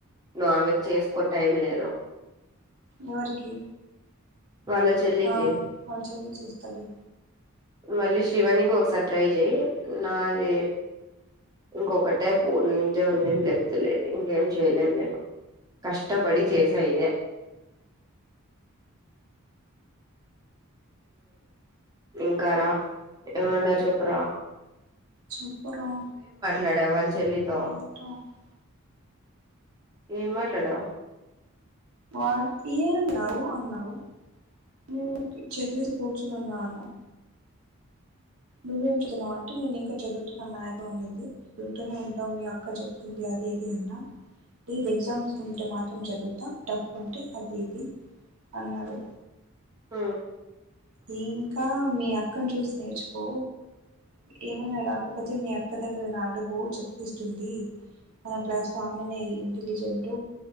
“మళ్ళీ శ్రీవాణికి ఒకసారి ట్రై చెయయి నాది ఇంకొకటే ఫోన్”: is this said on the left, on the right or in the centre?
Right